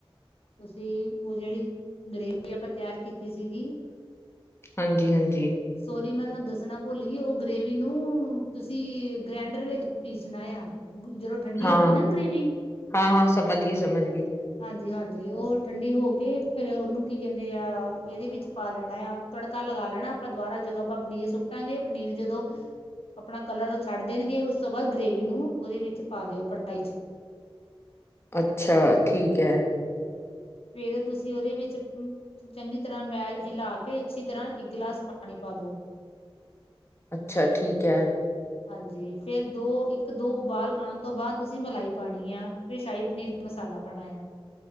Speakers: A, on the left (about 75°); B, on the left (about 25°).
A: ਤੁਸੀਂ ਉਹ ਜਿਹੜੀ ਗਰੇਵੀ ਆਪਾਂ ਤਿਆਰ ਕੀਤੀ ਸੀਗੀ
B: ਹਾਂਜੀ-ਹਾਂਜੀ।
A: ਸੋਰੀ ਮੈਂ ਤੁਹਾਨੂੰ ਦੱਸਣਾ ਭੁੱਲ ਗਈ ਓ ਗ੍ਰੇਵੀ ਨੂੰ ਤੁਸੀਂ ਗ੍ਰੈਂਡਰ ਵਿੱਚ ਪੀਸਣਾ ਏਆਂ ਜਦੋਂ ਠੰਡੀ
B: ਹਾਂ,
A: ਹੋ ਗਈ ਨਾ ਗਰੇਵੀ।
B: ਹਾਂ-ਹਾਂ, ਸਮਜ ਗਈ-ਸਮਜ ਗਈ।
A: ਹਾਂਜੀ-ਹਾਂਜੀ ਓ ਠੰਡੀ ਹੋ ਕੇ ਫੇਰ ਓਨੂੰ ਕੀ ਕਹਿੰਦੇ ਆ ਏਦੇ ਵਿੱਚ ਪਾ ਲੈਣਾ ਆ ਤੜਕਾ ਲਗਾ ਲੈਣਾ ਆਪਾਂ ਦੁਬਾਰਾ ਜਦੋਂ ਆਪਾਂ ਪਨੀਰ ਸੁੱਟਾਂਗੇ ਪਨੀਰ ਜਦੋਂ। ਆਪਣਾ ਕਲਰ ਛੱਡ ਦੇਣਗੇ ਉਸ ਤੋਂ ਬਾਅਦ ਗ੍ਰੇਵੀ ਨੂੰ ਓਦੇ ਵਿੱਚ ਪਾ ਦਿਓ ਕੜਾਈ 'ਚ।
B: ਅੱਛਾ, ਠੀਕ ਐ।
A: ਫੇਰ ਤੁਸੀਂ ਓਦੇ ਵਿੱਚ- ਚੰਗੀ ਤਰ੍ਹਾਂ ਮੈ ਹੀਲਾ ਕੇ ਅੱਛੀ ਤਰ੍ਹਾਂ ਇੱਕ ਗੀਲਾਸ ਪਾਣੀ ਪਾ ਦੋ।
B: ਅੱਛਾ ਠੀਕ ਐ।
A: ਹਾਂਜੀ ਫੇਰ ਦੋ ਇੱਕ ਦੋ ਉਬਾਲ ਆਣ ਤੋਂ ਬਾਅਦ ਤੁਸੀਂ ਮਲਾਈ ਪਾਣੀ ਆ ਫੇਰ ਸ਼ਾਈ ਪਨੀਰ ਮਸਾਲਾ ਪਾਣਾ ਏਆ।